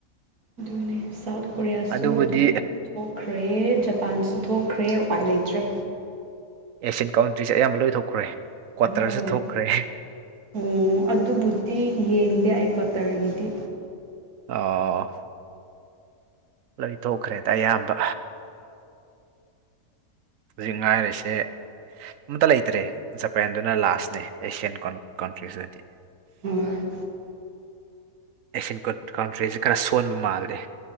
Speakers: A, on the right (about 85°); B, on the right (about 70°).
A: ꯑꯗꯨꯅꯦ ꯁꯥꯎꯠ ꯀꯣꯔꯤꯌꯥꯁꯨ
B: ꯑꯗꯨꯕꯨꯗꯤ
A: ꯑꯗꯨꯝ ꯊꯣꯛꯈ꯭ꯔꯦ ꯖꯄꯥꯟꯁꯨ ꯊꯣꯛꯈ꯭ꯔꯦ ꯎꯄꯥꯏ ꯂꯩꯇ꯭ꯔꯦ
B: ꯑꯦꯁꯤ ꯀꯥꯎꯟꯇ꯭ꯔꯤꯁꯦ ꯑꯌꯥꯝꯕ ꯂꯣꯏ ꯊꯣꯛꯈ꯭ꯔꯦ ꯀ꯭ꯋꯥꯇꯔꯁꯨ
A: ꯍꯣꯏ
B: ꯊꯣꯛꯈ꯭ꯔꯦ
A: ꯑꯣ ꯑꯗꯨꯕꯨꯗꯤ ꯌꯦꯡꯗꯦ ꯑꯩ ꯀꯋꯥꯇꯔꯒꯤꯗꯤ
B: ꯑꯣ ꯂꯣꯏ ꯊꯣꯛꯈ꯭ꯔꯦꯗ ꯑꯌꯥꯝꯕ ꯍꯧꯖꯤꯛ ꯉꯥꯏꯔꯤꯁꯦ ꯑꯝꯇ ꯂꯩꯇ꯭ꯔꯦ ꯖꯄꯦꯟꯗꯨꯅ ꯂꯥꯁꯅꯦ ꯑꯦꯁꯤꯌꯥꯟ ꯀꯟꯇ꯭ꯔꯤꯁꯤꯗꯗꯤ
A: ꯍꯣꯏ
B: ꯑꯦꯁꯤꯌꯥꯟ ꯀꯟ ꯀꯥꯎꯟꯇ꯭ꯔꯤꯁꯦ ꯈꯔ ꯁꯣꯟꯕ ꯃꯥꯜꯂꯦ